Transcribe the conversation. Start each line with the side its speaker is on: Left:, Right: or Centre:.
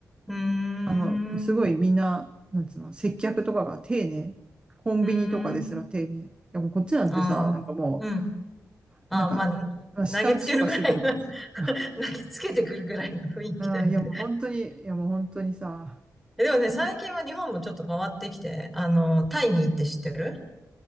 Centre: うーん。
Right: あの、すごいみんな、
Centre: う
Right: なんつうの、接客とかが丁寧。コンビニとかですら丁寧。
Centre: ーん。
Right: いやもうこっちなんてさ、
Centre: ああ、
Right: なんかも
Centre: うん。ああ、
Right: う、なんか、
Centre: まあ、
Right: 舌打ちとかしてくるからさ。
Centre: 投げつけるぐらいな <laughs> 投げつけてくるぐらいの雰囲気だよね。
Right: あー、いやもう本当に、いやもう本当にさ、
Centre: でもね、最近は日本もちょっと変わってきて、あの、タイミーって知ってる